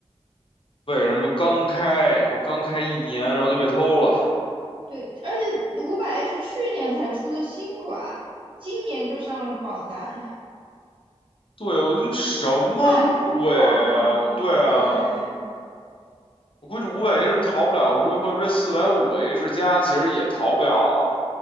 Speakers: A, on the left (about 55°); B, on the right (about 50°).
A: 为什么刚开我刚开一年，然后就被偷了。
B: 对，而且五百 H 去年才出的新款，今年就上了榜单。
A: 对，我就什么鬼啊？
B: 太疯狂了，
A: 对啊，
B: 对，
A: 我估计五百 H 逃不了，如果或者这四百五 H 加其实也逃不了啊。